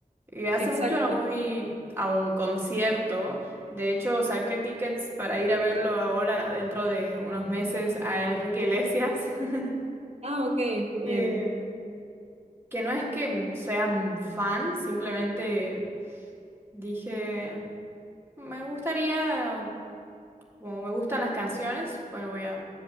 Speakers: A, on the right; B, on the right.
A: Y hace
B: Exacto.
A: mucho no voy a un concierto. De hecho, saqué tickets para ir a verlo ahora, dentro de unos meses, a Enrique Iglesias. <laughs>
B: Ah, ok, genial.
A: Eh, que no es que sea un fan, simplemente dije, me gustaría, como me gustan las canciones, bueno, voy a